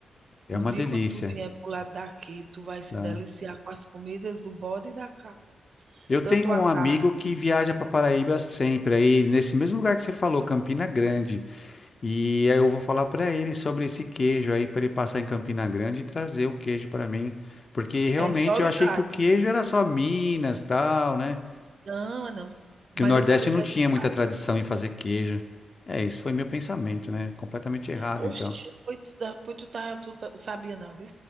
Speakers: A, on the left (about 35°); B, on the right (about 50°).
A: É
B: um
A: uma
B: dia
A: delícia,
B: quando tu vier pro lado daqui, tu vai se
A: tá?
B: deliciar com as comidas do bode e da cabra.
A: Eu
B: Tanto
A: tenho um
B: a carne,
A: amigo que viaja para Paraíba sempre, aí nesse mesmo lugar que você falou, Campina Grande. E aí eu vou falar para ele sobre esse queijo aí para ele passar em Campina Grande e trazer o queijo para mim, porque realmente
B: é em Soledade.
A: eu achei que o queijo era só Minas, tal, né?
B: Não, é não. Mas
A: Que o Nordeste
B: é porque
A: não
B: você é
A: tinha
B: de cá.
A: muita tradição em fazer queijo. É, isso foi meu pensamento, né? Completamente errado,
B: Oxe,
A: então.
B: pois tu, tá- pois tu, tá, tu tá- sabia não, viu?